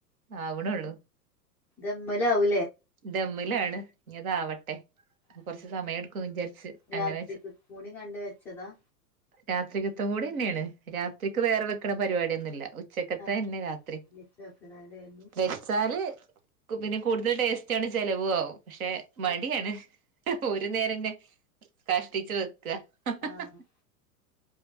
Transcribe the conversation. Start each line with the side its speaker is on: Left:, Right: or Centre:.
Right: ആവണൊള്ളു.
Centre: ഇമ്മലാവു
Right: ധമ്മിലാണ് ഇഞ്ഞതാവട്ടെ.
Centre: ഉം
Right: കൊറച്ചു സമയം എടുക്കുന്ന് വിചാരിച്ച്.
Centre: രാത്രിക്ക്
Right: അങ്ങനെ
Centre: കൂടി കണ്ട് വെച്ചതാ?
Right: രാത്രികത്തം കൂടി ന്നേണ്. രാത്രിക്ക് വേറെ വെക്ക്ണ പരിപാടിയൊന്നുല്ല. ഉച്ചക്കത്തെന്നെ
Centre: ആഹ്
Right: രാത്രി.
Centre: വെച്ചതായിരുന്നു
Right: വെച്ചാല് കു പിന്നെ കൂടുതൽ ടേസ്റ്റാണ് ചെലവാകും. പക്ഷെ മടിയാണ്
Centre: ആഹ്
Right: ഒരു നേരംതന്നെ കഷ്ടിച്ചു വെ ക്ക ഹ ഹ
Centre: ആഹ്
Right: ഹ